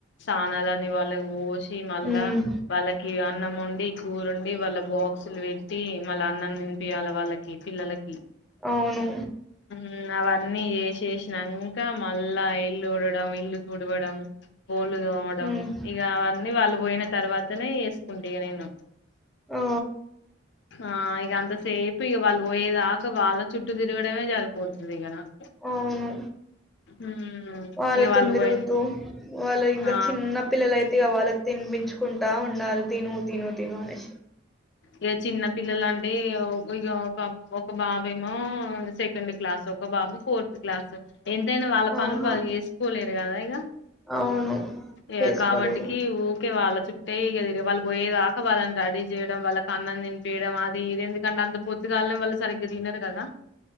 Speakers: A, on the left; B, in the centre.
A: సా నాదాన్ని వాళ్ళక్ పోషి మళ్ళా
B: ఉమ్,
A: వాళ్ళకి అన్నం ఒండి కూరొండి వాళ్ళ బాక్స్ క్స్ల లు పెట్టి మళ్ళ అన్నం పియ్యల వాళ్ళకి పిల్లలకి
B: అవును
A: ఇంగవన్నీ చేసేసినాంక మళ్ళా ఇల్లు ఉడవడం ఇల్లు తుడవడం బోళ్ళు తోమడం
B: ఉమ్,
A: ఇగ అవన్ వాళ్ళుబోయిన్ తర్వాత్ తనే చెసుకుంటిగ నిను
B: ఆ
A: ఆ ఇగ అంతసేపు ఇగ వాళ్ళు పోయేదాకా వాళ్ళ చుట్టూ తిరుగడమే జరిపోతది ఇగ నాక్
B: అవును
A: మ్మ్
B: వాళ్ళతోన్
A: ఇక వాళ్ళు
B: తిరుగుతూ
A: పోయిన
B: వాళ్ళదింకా
A: ఆ
B: చిన్న పిల్లల అయితే ఇగ వాళ్ళక్ తినిపించుకుంటా ఉండాలి తిను తిను తిను అనేసి
A: ఇగ చిన్న పిల్లలంటే ఇగ ఒక ఒక బాబేమో సెకండ్ క్లాస్ ఒక బాబు ఫోర్త్ క్లాస్ ఎంతైనా వాళ్ళ పనులు
B: ఆహా
A: వాళ్ళు చేసుకోలేరు కదా ఇగ
B: అవును
A: ఇగ
B: చేసుకోలేదు
A: కాబట్టికి ఉక్ వాళ్ళ చుట్టే ఇగ వాళ్ళు పోయేదాక వాళ్ళని రెడీ చేయడం వాళ్ళకన్నం తినిపియడం అది ఎందుకంటే అంత పొద్దుగాల్నే వాళ్ళు సరిగ్గా తినరు కదా